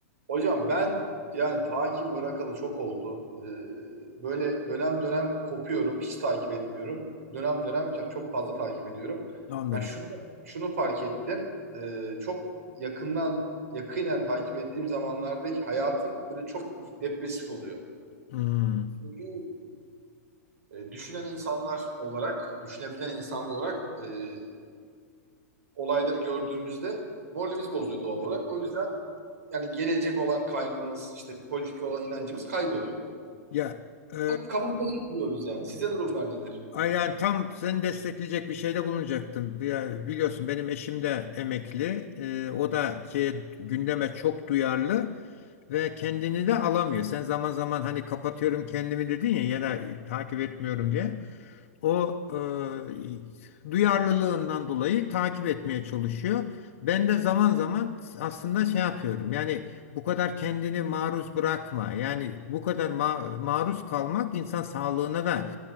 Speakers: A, on the right; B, on the left.
A: Hocam ben yani takip bırakalı çok oldu. Ee, böyle dönem dönem kopuyorum, hiç takip etmiyorum. Dönem dönem çok, çok fazla takip ediyorum.
B: Anladım.
A: Yani şunu şunu fark ettim. Ee, çok yakından yakinen takip ettiğim zamanlardaki hayatım böyle çok depresif oluyor.
B: Hmm.
A: Çünkü e, düşünen insanlar olarak, düşünebilen insanlar olarak e, olayları gördüğümüzde moralimiz bozuyor doğal olarak. O yüzden yani gelecek olan kaygımız, işte politik olan inancımız kayboluyor.
B: Ya e,
A: Kabuğumuza çekiliyoruz yani. Sizde durumlar nedir?
B: Ay yani tam seni destekleyecek bir şeyde bulunacaktım. Ya Biliyorsun benim eşim de emekli. Ee, o
A: Hı hı.
B: da şeye gündeme çok duyarlı ve kendini de alamıyor. Sen zaman zaman hani kapatıyorum kendimi dedin ya ya da takip etmiyorum diye. O e, duyarlılığından dolayı takip etmeye çalışıyor. Ben de zaman zaman aslında şey yapıyorum. Yani bu kadar kendini maruz bırakma. Yani bu kadar ma- maruz kalmak insan sağlığına da